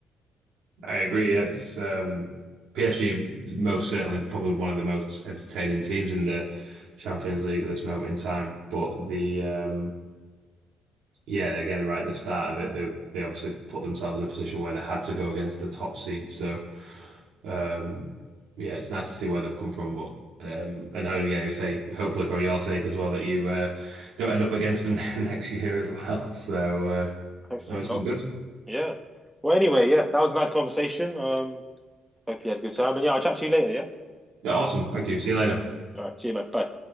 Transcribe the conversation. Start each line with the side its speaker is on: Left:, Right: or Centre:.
Right: I agree. yeah, It's um, PSG most certainly probably one of the most entertaining teams in the Champions League at this moment in time. But the um, Yeah, and again, right at the start of it, they they obviously put themselves in a position where they had to go against the top seed. So, um, yeah, it's nice to see where they've come from. But um, and I, yeah, like I say, hopefully for your sake as well that you uh, don't end up against them <laughs> next year as well. So, uh,
Centre: Hopefully
Right: no, it's
Centre: not.
Right: been good.
Centre: Yeah. Well, anyway, yeah, that was a nice conversation. Um, hope you had a good time. And yeah, I'll chat to you later. Yeah.
Right: Yeah, awesome. Thank you. See you later.
Centre: All right. See you, man. Bye.